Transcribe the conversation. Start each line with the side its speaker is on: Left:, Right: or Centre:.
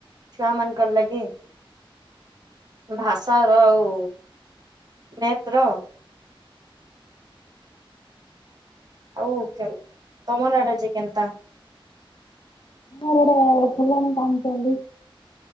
Right: ଛୁଆ ମାନଙ୍କର ଲାଗି ଭାଷା ର ଆଉ ମେଥ ର। ଆଉ କେ ତମରଆଡେ ଯେ କେନ୍ତା।
Left: ଆମର ଆଡେ ପିଲମ ବନଚନ୍ତି।